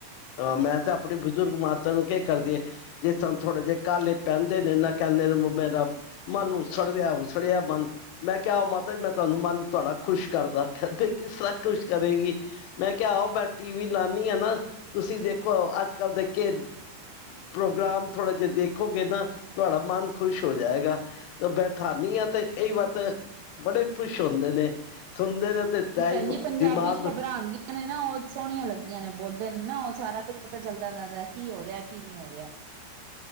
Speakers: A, on the left; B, on the right.
A: ਅ ਮੈਂ ਤੇ ਆਪਣੀ ਬਜ਼ੁਰਗ ਮਾਤਾ ਨੂੰ ਕਿਆ ਕਰਦੀ ਏ। ਜੇ ਸਾਨੂੰ ਥੋੜੇ ਜਿਏ ਕਾਲੇ ਪਹਨਦੇ ਨੇ ਨਾ ਕਹਿੰਦੇ ਮ ਮੇਰਾ ਮਨ ਉਸੜਿਆ-ਉਸੜਿਆ ਮਨ। ਮੈਂ ਕਿਆ ਉਹ ਮਾਤਾ ਜੀ ਮੈਂ ਤੁਹਾਨੂੰ ਮਨ ਤੁਆਡਾ ਖੁਸ਼ ਕਰਦਾ, ਕਹਿੰਦੇ ਕਿਸ ਤਰਾਂ ਖੁਸ਼ ਕਰੇਗੀ। ਮੈਂ ਕਿਆ ਆਓ ਮੈਂ ਟੀ ਵੀ ਲਾਨੀ ਆ ਨਾ, ਤੁਸੀਂ ਦੇਖੋ ਅੱਜ ਕੱਲ ਦੇ ਕੇ ਪ੍ਰੋਗਰਾਮ ਥੋੜੇ ਜਏ ਦੇਖੋਗੇ ਨਾ, ਤੁਆਡਾ ਮਨ ਖ਼ੁਸ਼ ਹੋ ਜਾਏਗਾ। ਬੈਠਾਨੀ ਆ ਤੇ ਕਈ ਵਾਰ ਤੇ ਬੜੇ ਖੁਸ਼ ਹੁੰਦੇ ਨੇ। ਸੁਣਦੇ ਨੇ ਤੇ ਟਾਈਮ
B: ਭੈਣ ਜੀ ਪੰਜਾਬੀ
A: ਦਿਮਾਗ
B: ਚ' ਖ਼ਬਰਾ ਆਂਦੀਆਂ। ਨੇ ਨਾ ਉਹ ਸੋਹਣੀਆਂ ਲੱਗਦੀਆਂ ਨੇ ਬੋਲਦੇ ਨੇ ਨਾ ਉਹ ਸਾਰਾ ਕੁਛ ਪਤਾ ਚੱਲਦਾ ਜਾਂਦਾ ਕੀ ਹੋ ਰਿਆ, ਕੀ ਨਹੀਂ ਹੋ ਰਿਆ।